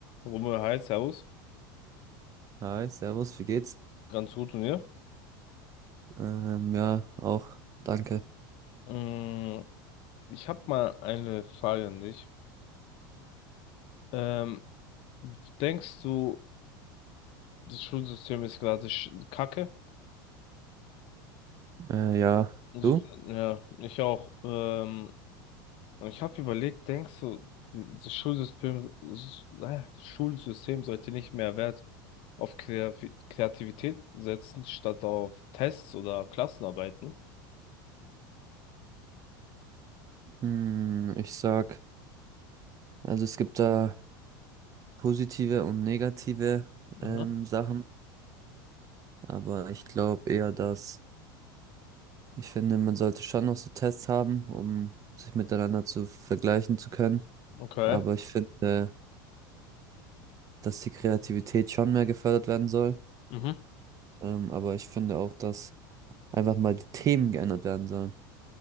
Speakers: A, on the left (about 50°); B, on the right (about 30°).
A: Rummel heißt Servus.
B: Hi, Servus, wie geht's?
A: Ganz gut und ihr?
B: Ähm, ja, auch, danke.
A: Mm, Ich habe mal eine Frage an dich. Ähm, denkst du, das Schulsystem ist gerade sch- Kacke?
B: Äh, ja,
A: Also,
B: du?
A: ja, ich auch. Ähm, und ich habe überlegt, denkst du, die- das Schulsystem, s- äh, Schulsystem sollte nicht mehr Wert auf Kreavi- Kreativität setzen, statt auf Tests oder Klassenarbeiten?
B: Hm, ich sag, also es gibt da positive und negative
A: Mhm.
B: ähm, Sachen, aber ich glaube eher, dass ich finde, man sollte schon noch so Tests haben, um sich miteinander zu vergleichen zu können.
A: Okay.
B: Aber ich finde, dass die Kreativität schon mehr gefördert werden soll.
A: Mhm.
B: Ähm, aber ich finde auch, dass einfach mal die Themen geändert werden sollen,